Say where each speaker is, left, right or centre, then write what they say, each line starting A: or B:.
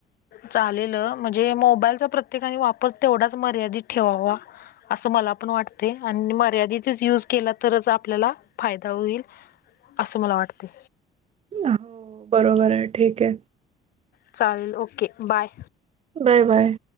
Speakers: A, on the left; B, on the right.
A: चालेल म्हणजे मोबाईलचा प्रत्येकाने वापर तेवढाच मर्यादित ठेवावा. असं मला पण वाटते आणि मर्यादितच यूज केला तरच आपल्याला फायदा होईल. अस मला वाटतय.
B: हो, बरोबर आहे, ठीक आहे.
A: चालेल ओके बाय.
B: Bye, bye.